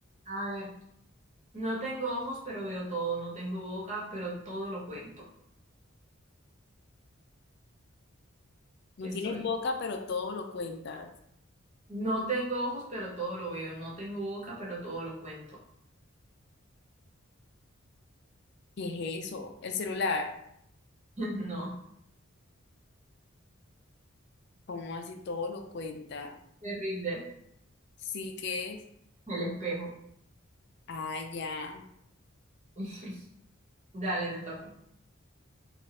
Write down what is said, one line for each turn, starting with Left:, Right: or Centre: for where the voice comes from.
Right: A ver. No tengo ojos, pero veo todo. No tengo boca, pero todo lo cuento.
Left: No
Right: ¿Qué
Left: tienes
Right: soy?
Left: boca, pero todo lo cuentas.
Right: No tengo ojos, pero todo lo veo. No tengo boca, pero todo lo cuento.
Left: ¿Qué es eso? El celular.
Right: <laughs> No.
Left: ¿Cómo así todo lo cuenta?
Right: ¿Te rindes?
Left: Sí que es.
Right: El espejo.
Left: Ah, ya.
Right: <laughs> Dale, te toca.